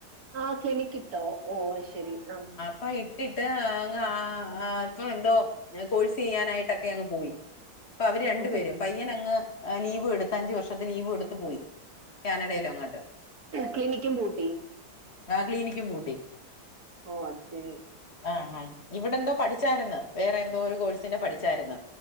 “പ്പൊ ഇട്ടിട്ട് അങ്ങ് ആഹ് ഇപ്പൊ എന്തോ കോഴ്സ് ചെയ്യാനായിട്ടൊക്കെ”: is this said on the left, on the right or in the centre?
Left